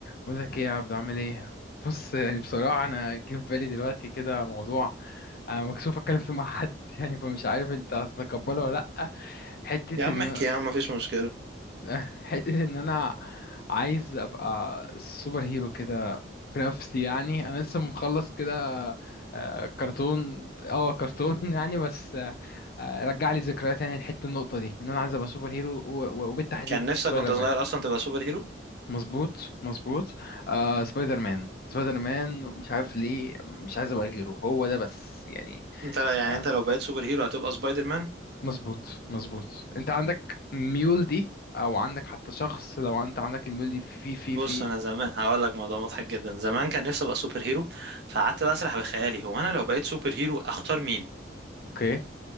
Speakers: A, on the left (about 55°); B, on the right (about 60°).
A: بقول لك ايه يا عبدو عامل ايه بص يعني بصراحه انا جه في بالي دلوقتي كده موضوع انا مكسوف اتكلم فيه مع حد <laughs> يعني فمش عارف انت هتتقبله ولا لا حته
B: يا عم
A: ان
B: احكي يا عم مفيش مشكلة
A: <laughs> حته ان انا عايز ابقى سوبر هيرو كده في نفسي يعني انا لسه مخلص كده آه، كرتون اه كرتون <laughs> يعني بس آه، آه، رجع لي ذكريات يعني الحته النقطه دي ان انا عايز ابقى سوبر هيرو و- و- وبالتحديد
B: كان نفسك
A: سبايدر
B: وانت صغير
A: مان
B: اصلا تبقى سوبر هيرو
A: مظبوط مظبوط آه سبايدر مان سبايدر مان مش عارف ليه مش عايز ابقى غيره هو ده بس يعني
B: انت يعني
A: آه
B: انت لو بقيت سوبر هيرو هتبقى سبايدر مان
A: مظبوط مظبوط انت عندك ميول دي او عندك حتى شخص لو انت عندك الميول دي في في في
B: بص
A: في
B: انا زمان هقول لك موضوع مضحك جدا زمان كان نفسي ابقى سوبر هيرو فقعدت بقى اسرح بخيالي هو انا لو بقيت سوبر هيرو اختار مين
A: اوكي